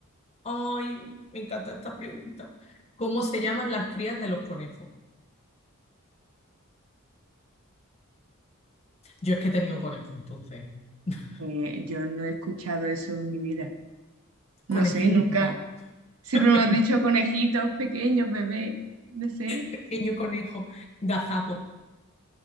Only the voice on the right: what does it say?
eh, yo no he escuchado eso en mi vida.
No sé, nunca.
Siempre
me han
dicho conejitos pequeños, bebé, no sé.